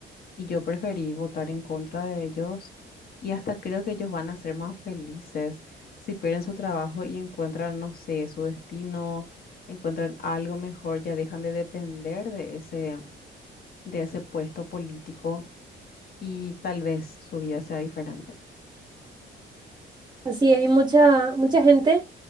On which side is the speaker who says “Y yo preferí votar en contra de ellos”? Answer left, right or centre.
Left